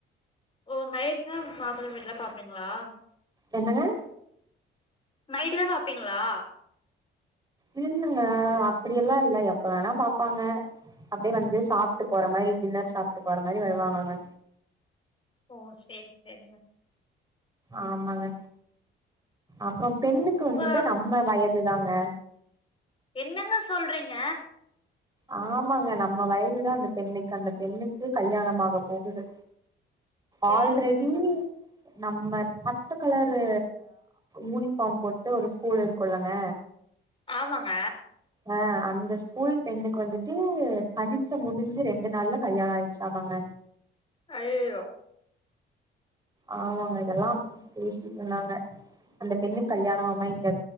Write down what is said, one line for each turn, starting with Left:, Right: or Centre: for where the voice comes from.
Left: ஓ நைட்தா மாப்ள வீட்ல்லா பாப்பீங்ளா
Right: என்னங்க
Left: நைட் தா பாப்பீங்ளா
Right: இல்லல்லங்க அப்டியெல்லா இல்ல எப்ப வேணா பாப்பாங்க அப்டே வந்து சாப்ட்டு போற மாரி டின்னர் சாப்ட்டு போற மாரி வருவாங்கங்க
Left: ஓ சேரி சேரிங்க
Right: ஆமாங்க அப்றோ பெண்ணுக்கு
Left: உங்க
Right: வந்துட்டு நம்ம வயதுதாங்க
Left: என்னங்க சொல்றீங்க
Right: ஆமாங்க நம்ம வயசுதா அந்த பெண்ணுக்கு அந்த பெண்ணுக்கு கல்யாணமாக போகுது
Left: சேரி
Right: ஆல்ரெடி
Left: உடுங்க
Right: நம்ம பச்ச கலரு யூனிஃபார்ம் போட்டு ஒரு ஸ்கூலு இருக்குல்லங்க
Left: ஆமாங்க
Right: அ அந்த ஸ்கூல் பெண்ணுக்கு வந்துட்டு பரீட்ச முடிஞ்ச ரெண்டு நாள்ல கல்யாண ஆயிடுச்சாமாங்க
Left: அய்யயோ
Right: ஆமாங்க எல்லா பேசிட்டு இருந்தாங்க அந்த பெண்ணுக் கல்யாணமாமா இங்க